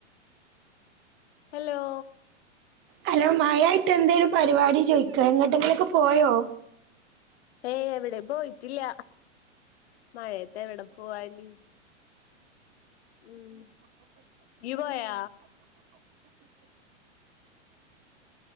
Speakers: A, on the left; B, on the right.
A: ഹലോ
B: ഹലോ മായായ്ട്ടെന്തേനു പരിപാടി ചോയ്ക്ക എങ്ങട്ടെങ്കിലൊക്കെ പോയോ
A: ഏയ് എവിടെം പോയ്റ്റില്ല മഴേത്തെവിടെ പോവാന് ഉം യ്യുപോയാ